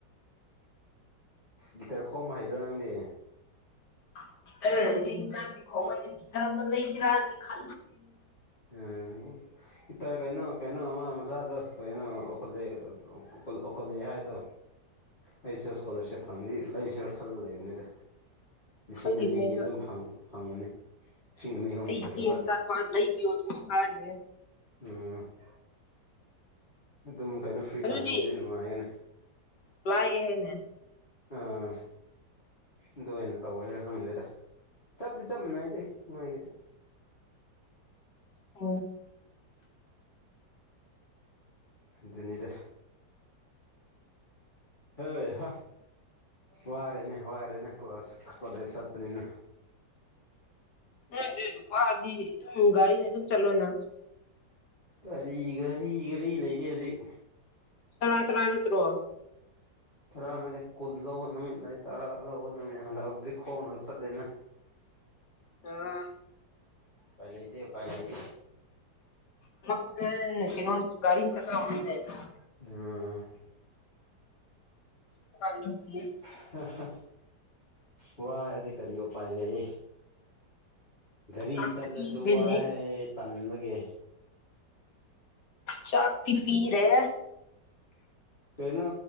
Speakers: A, on the left; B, on the left.
A: ꯒꯤꯇꯔ ꯈꯣꯝꯕ ꯍꯩꯗ꯭ꯔꯣ ꯅꯪꯗꯤ
B: <unintelligible> ꯂꯩꯁꯤ ꯔꯗꯤ ꯈ
A: ꯎꯝ ꯏꯇꯔ ꯀꯩꯅꯣ ꯀꯩꯅꯣ ꯑꯃ ꯃꯆꯥꯗꯣ ꯀꯩꯅꯣ <unintelligible> ꯑꯣꯈꯠꯂꯛꯑꯦ ꯍꯥꯏꯗꯣ ꯑꯩꯁꯨ ꯏꯁꯀꯣꯂꯥꯔꯁꯤꯞ ꯐꯪꯗꯤ ꯂꯩꯁꯤꯔ ꯈꯜꯂ ꯂꯩꯕꯅꯤꯗ ꯂꯤꯁꯤꯡ
B: ꯈꯜꯂꯤꯕꯅꯦ
A: ꯑꯅꯤꯒꯤ
B: ꯑꯩꯁꯨ
A: ꯑꯗꯨꯝ ꯐꯪꯕꯅꯤ ꯂꯤꯁꯤꯡ ꯑꯅꯤ ꯑꯍꯨꯝꯒꯤ
B: ꯑꯩ ꯏꯆꯦ
A: ꯐꯖꯕ
B: <unintelligible>
A: <unintelligible> ꯑꯗꯨꯝ ꯀꯩꯅꯣ ꯐ꯭ꯔꯤ
B: ꯑꯗꯨꯗꯤ
A: ꯇꯥꯟꯗꯗꯤ ꯅꯨꯡꯉꯥꯏꯒꯅꯤ
B: <unintelligible>
A: ꯑꯥ ꯑꯗꯨ ꯑꯣꯏꯅ ꯇꯧꯔꯦꯁꯨꯅ ꯍꯪꯗꯦꯗ ꯆꯞꯗꯤ ꯆꯞ ꯃꯥꯟꯅꯩꯗꯤ ꯅꯣꯏꯒꯤ
B: ꯎꯝ
A: ꯑꯗꯨꯅꯤꯗ ꯍꯣꯏ ꯍ ꯋꯥꯔꯦꯅꯦ ꯋꯥꯔꯦꯅꯦ ꯀ꯭ꯂꯥꯁ ꯀꯣꯂꯦꯖ ꯆꯠꯄꯅꯤꯅ
B: <unintelligible> ꯒꯔꯤꯅꯥ ꯑꯗꯨꯝ ꯆꯇꯂꯣꯅ
A: ꯀꯒꯥꯔꯤ ꯒꯥꯔꯤ ꯒꯥꯔꯤ ꯂꯩꯇꯦ ꯍꯧꯖꯤꯛ
B: ꯇꯧꯔꯥ ꯇꯔꯥ ꯅꯠꯇ꯭ꯔꯣ
A: ꯇꯔꯥꯅꯗꯤ ꯀꯨꯟ ꯂꯧꯕ ꯅꯨꯃꯤꯠ ꯂꯩ ꯇꯔꯥ ꯂꯧꯕ ꯅꯨꯃꯤꯠ ꯍꯜꯂꯛꯑꯕꯨꯗꯤ ꯈꯣꯡꯅ ꯆꯠꯂꯤꯅ
B: ꯑꯥ
A: ꯎꯄꯥꯏ ꯂꯩꯇꯦ ꯎꯄꯥꯏ ꯂꯩꯇꯦ
B: <unintelligible> ꯀꯩꯅꯣ ꯒꯥꯔꯤ ꯆꯀ <unintelligible>
A: ꯎꯝ
B: <unintelligible>
A: <unintelligible> ꯋꯥꯔꯗꯤ ꯀꯔꯤ ꯎꯄꯥꯏ ꯂꯩ ꯒꯥꯔꯤ
B: ꯆꯥꯛꯇꯤ
A: ꯆꯠꯂꯁꯨ
B: ꯄꯤꯗꯦꯅꯦ
A: ꯋꯥꯏ ꯇꯟꯕꯒꯦ
B: ꯆꯥꯥꯛꯇꯤ ꯄꯤꯔꯦ
A: ꯀꯩꯅꯣ